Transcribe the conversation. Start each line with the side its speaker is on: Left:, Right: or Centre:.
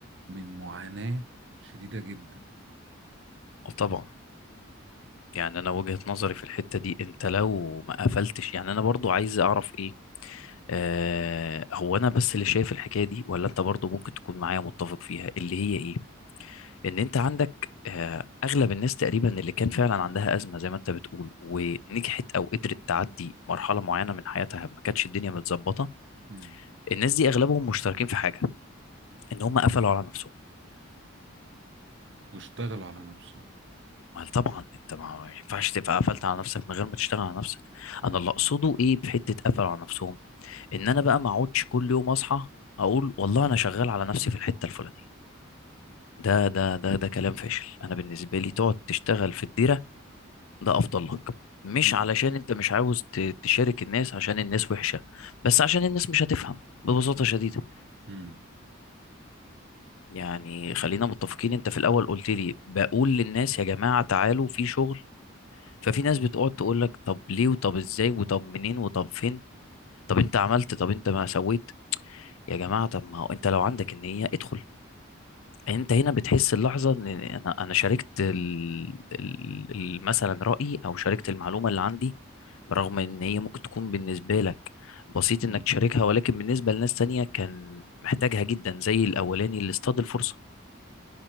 Right: من معاناة شديدة جدا
Left: طبعا يعني انا وجهة نظري في الحتة دي انت لو ما قفلتش يعني انا برضو عايز اعرف ايه آه هو انا بس اللي شايف الحكاية دي ولا انت برضو ممكن تكون معايا متفق فيها اللي هي ايه ان انت عندك آه اغلب الناس تقريبا اللي كان فعلا عندها ازمة زي ما انت بتقول ونجحت او قدرت تعدي مرحلة معينة من حياتها ما كانتش الدنيا متظبطة
Right: مم.
Left: الناس دي اغلبهم مشتركين في حاجة ان هم قفلوا على نفسهم
Right: واشتغلوا على نفسهم
Left: ما طبعا انت ما ما ينفعش تبقى قفلت على نفسك من غير ما تشتغل على نفسك
Right: مم.
Left: انا اللي اقصده ايه بحته قفلوا على نفسهم ان انا بقى ما اقعدش كل يوم اصحى اقول والله انا شغال على نفسي في الحته الفلانيه ده ده ده ده كلام فاشل انا بالنسبه لي تقعد تشتغل في الديره ده افضل لك مش
Right: مم.
Left: علشان انت مش عاوز ت- تشارك الناس عشان الناس وحشه بس عشان الناس مش هتفهم ببساطه
Right: مم.
Left: شديده
Right: مم.
Left: يعني خلينا متفقين انت في الاول قلت لي بقول للناس يا جماعه تعالوا في شغل ففي ناس بتقعد تقول لك طب ليه وطب ازاي وطب منين وطب فين طب انت عملت طب انت ما سويت يا جماعه طب ما هو انت لو عندك النيه ادخل انت هنا بتحس اللحظه ان انا انا شاركت ال... ال... ال- مثلا رايي او شاركت المعلومه اللي عندي برغم ان هي ممكن تكون بالنسبه لك بسيط
Right: مم.
Left: انك تشاركها ولكن بالنسبه لناس تانية كان محتاجها جدا زي الاولاني اللي اصطاد الفرصه